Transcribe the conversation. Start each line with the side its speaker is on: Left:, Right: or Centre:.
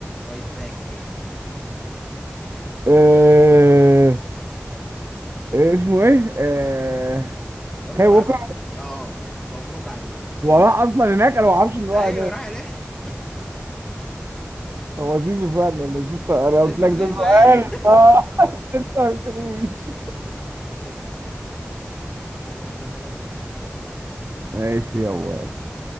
Left: رايت باك كام
Right: آه... آه، اسمه ايه آه...
Left: يلا
Right: كاي
Left: انا
Right: ووكر
Left: عايز أ- اه مبروك عليك
Right: هو راح اصلا هناك انا ما اعرفش ان هو
Left: ايوه
Right: راح هناك
Left: راح ليه <laughs>
Right: هو زيزو فعلا بس انت انا قلت
Left: اسمه
Right: لك
Left: زيزو
Right: ده سؤال
Left: يعني <laughs>
Right: آه. انت ليش؟
Left: ايش يلا هنزل اجيب حاجات ونكمل
Right: ماشي يابا يلا